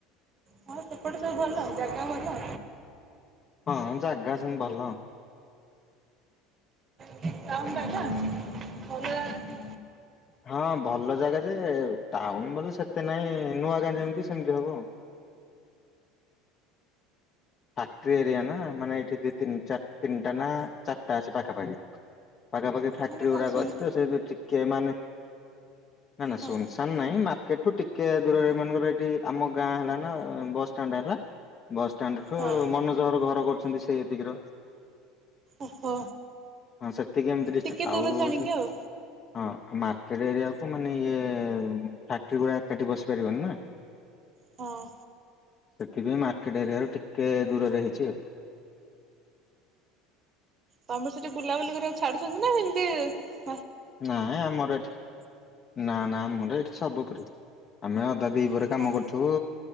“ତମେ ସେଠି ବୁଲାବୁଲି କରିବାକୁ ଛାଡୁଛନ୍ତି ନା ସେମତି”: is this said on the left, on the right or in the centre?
Right